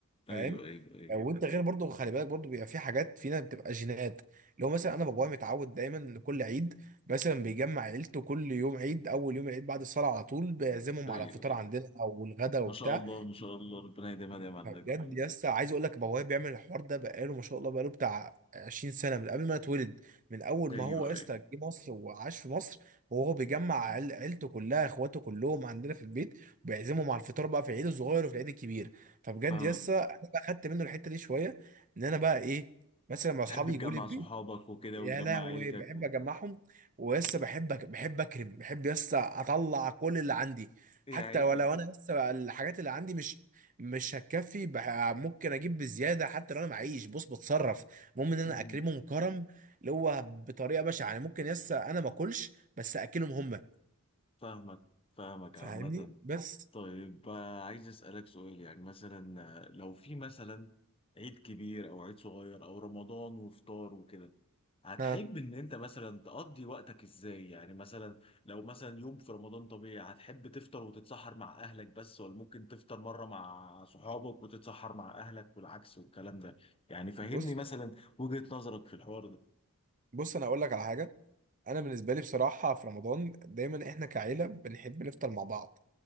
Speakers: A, on the left; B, on the right.
A: أيوه
B: فاهم
A: أيوه أيوه
B: وانت غير برضو خلي بالك برضو بيبقى في حاجات فينا بتبقى جينات لو مثلا انا بابايا متعود دايما ان كل عيد مثلا بيجمع عيلته كل يوم عيد اول يوم العيد بعد الصلاه على طول بيعزمهم
A: أيوه
B: على الفطار
A: أيوه
B: عندنا او الغدا وبتاع
A: ما شاء الله ما شاء الله ربنا يديمها دايما عليك
B: بجد
A: أيوه
B: يا اسطى عايز اقول لك بابايا بيعمل الحوار ده بقاله ما شاء الله بقاله بتاع 20 سنه من قبل ما أنا اتولد من اول
A: أيوه
B: ما هو يا اسطى جه مصر وعاش في مصر وهو بيجمع عيل- عيلته كلها اخواته كلهم عندنا في البيت وبيعزمهم على الفطار بقى في العيد الصغير وفي العيد الكبير فبجد
A: فاهمك
B: يا اسطى انا بقى خدت منه الحته دي شويه ان انا بقى ايه مثلا مع اصحابي
A: تحب تجمع
B: يجوا لي
A: صحابك وكده
B: يا
A: وتجمع
B: لهوي
A: عيلتك
B: بحب
A: و...
B: اجمعهم ولسه بحب أك- بحب اكرم بحب لسه اطلع كل اللي عندي
A: يا
B: حتى
A: عيني
B: ولو انا لسه الحاجات اللي عندي مش مش هتكفي بح- ممكن اجيب بزياده حتى لو انا معيش بص بتصرف المهم ان انا
A: مم،
B: اكرمهم كرم اللي هو بطريقه بشعه يعني ممكن لسه انا ما اكلش بس اكلهم هم
A: فاهمك فاهمك
B: فاهمني
A: عامة
B: بس
A: طيب آه، عايز أسألك سؤال يعني مثلا آه، لو في مثلا عيد كبير أو عيد صغير أو رمضان وفطار وكده هتحب
B: ها
A: إن أنت مثلا تقضي وقتك إزاي يعني مثلا لو مثلا يوم في رمضان طبيعي هتحب تفطر وتتسحر مع أهلك بس ولا ممكن تفطر مرة مع صحابك وتتسحر مع أهلك والعكس والكلام ده يعني فهمني
B: بص
A: مثلا وجهة نظرك في الحوار ده
B: بص انا اقول لك على حاجه انا بالنسبه لي بصراحه في رمضان دايما احنا كعيله بنحب نفطر مع بعض